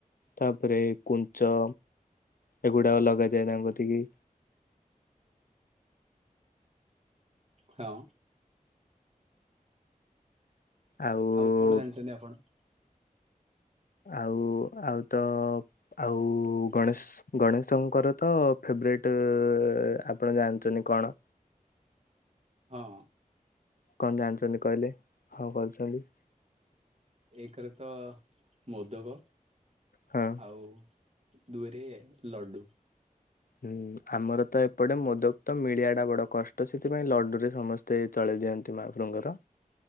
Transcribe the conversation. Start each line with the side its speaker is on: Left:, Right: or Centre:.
Left: ତାପରେ କୁଞ୍ଚ ଏଗୁଡା ଲଗାଯାଏ ତାଙ୍କଥିକି
Right: ହଁ
Left: ଆଉ
Right: କଣ ଜାଣିଛନ୍ତି ଆପଣ
Left: ଆଉ ଆଉ ତ ଆଉ ଗଣେଶ୍ ଗଣେଶଙ୍କର ତ ଫେବରାଇଟ ଆପଣ ଜାଣିଚନ୍ତି କଣ?
Right: ହଁ।
Left: କଣ ଜାଣିଛନ୍ତି କହିଲେ ହଁ କରୁଛନ୍ତି?
Right: ଏକରେ ତ ମୋଦକ
Left: ହଁ
Right: ଆଉ ଦୁଇ ରେ ଲଡୁ।
Left: ହୁଁ ଆମର ତ ଏପଟେ ମୋଦକ ତ ମିଳିଆ ଟା ବଡ କଷ୍ଟ ସେଥିପାଇଁ ଲଡୁରେ ସମ ତେ ଚଳେଇ ଦିଅନ୍ତି ମହାପ୍ରଭୁଙ୍କର।